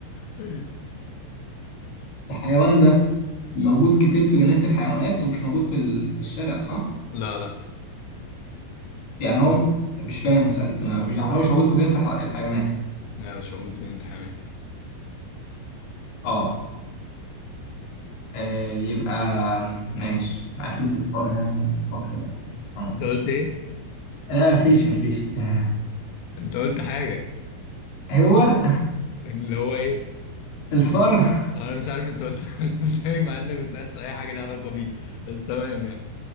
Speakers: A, on the left; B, on the left.
A: ماشي.
B: الحيوان ده موجود كتير في جنينة الحيوانات ومش موجود في ال... في الشارع صح؟
A: لا لا
B: يعني هو م- مش فاهم مسألة ما يعني هو مش موجود في جنينة الح- الحيوانات
A: لا مش موجود في الامتحانات
B: اه آه يبقى ماشي أكيد بالفار يعني بالفار آه
A: انت
B: ماشي
A: قلت ايه
B: لا مفيش مفيش آه،
A: انت قلت حاجه
B: هو
A: اللي هو ايه
B: الفار
A: انا مش عارف انت قلت <laughs> ازاي مع انك ما سالتش اي حاجه ليها علاقه بيه بس تمام يعني